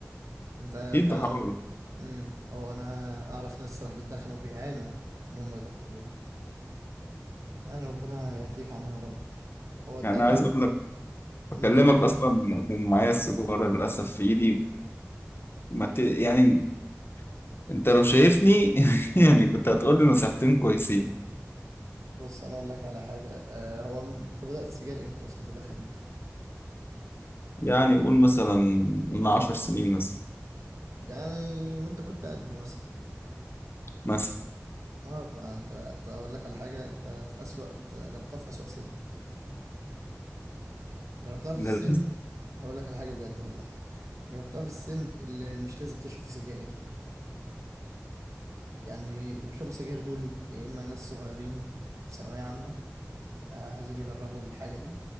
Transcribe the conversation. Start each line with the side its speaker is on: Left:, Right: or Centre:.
Right: انت
Left: أكيد
Right: فعلا
Left: بحاول
Right: امم هو انا اعرف ناس صراحه بيتدخنوا وبيعانوا ان هم يبطلوها يعني ربنا يعفيك عنها يا رب هو انت
Left: يعني
Right: اكيد
Left: عايز أقول لك بكلمك
Right: انت
Left: أصلا من- معايا السيجارة للأسف في إيدي ما ت... يعني أنت لو شايفني <laughs> يعني كنت هتقول لي نصيحتين كويسين
Right: بص انا اقول لك على حاجه آه هو م- انت بدات سجاير امتى اصلا تدخن امتى
Left: يعني قول مثلا من عشر سنين مثلا
Right: يعني وانت كنت قدي مثلا
Left: مثلا
Right: اه بقى انت انت اقول لك على حاجه انت في اسوأ انت جربتها في اسوأ سن جربتها في
Left: للأسف
Right: السن هقول لك على حاجة بجد والله <laughs> جربتها في السن اللي مش لازم تشرب فيه سجاير يعني اللي بيشربوا سجاير دول يا إما ناس صغيرين في ثانوية عامة آه عايزين يجربوا الحاجة دي